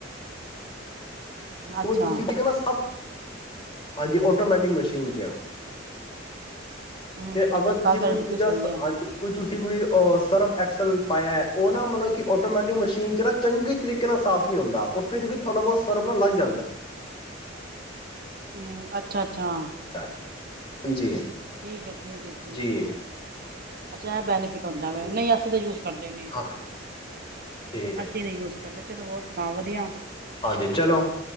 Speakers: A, on the right; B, on the left.
A: ਅੱਛਾ
B: ਉਹ ਤੁਸੀਂ ਤੇ ਦੇਖਨਾ ਸਭ ਹਾਂਜੀ, ਆਟੋਮੈਟਿਕ ਮਸ਼ੀਨ 'ਚ ਆ।
A: ਹਮ
B: ਤੇ ਅਗਰ
A: ਨਹੀਂ
B: ਤੁਸੀਂ
A: ਗੱਲ ਤੁਹਾਡੀ
B: ਕੋਈ
A: ਬਿਲਕੁਲ
B: ਪੂਜਾ,
A: ਸਹੀ ਹੈ
B: ਹਾਂਜੀ, ਕੋਈ ਤੁਸੀਂ ਕੋਈ ਅਹ ਸਰਫ ਐਕਸਲ ਪਾਇਆ ਉਹ ਨਾ ਮਤਲਬ ਕਿ ਆਟੋਮੈਟਿਕ ਮਸ਼ੀਨ 'ਚ ਨਾ ਚੰਗੇ ਤਰੀਕੇ ਨਾਲ ਸਾਫ਼ ਨਹੀਂ ਹੁੰਦਾ, ਉਹ ਫਿਰ ਵੀ ਥੋੜ੍ਹਾ ਬਹੁਤ ਸਰਵ ਨ ਲੱਗ ਜਾਂਦਾ ਹੇ।
A: ਹੂੰ, ਅੱਛਾ ਅ ਅਛਾਂ।
B: ਹੈ। ਹਾਂਜੀ।
A: ਠੀਕ ਏ ਠੀਕ ਏ ਠੀਕ
B: ਜੀ
A: ਹੈ ਅੱਛਾ ਐਹ ਬੈਨੀਫਿਟ ਹੁੰਦਾ ਵੈ
B: ਹਮ,
A: ਨਹੀਂ ਅਸੀਂ ਤਾਂ ਯੂਜ ਕਰਦੇ ਨੀ।
B: ਹਾਂ ਠੀਕ ਹੈ
A: ਅਸੀਂ
B: ਜੀ
A: ਨਹੀਂ ਯੂਸ ਕਰਦੇ ਚਲੋ ਹੋਰ ਸੁਣਾਓ ਵਧੀਆ
B: ਹਾਂਜੀ ਚਲੋ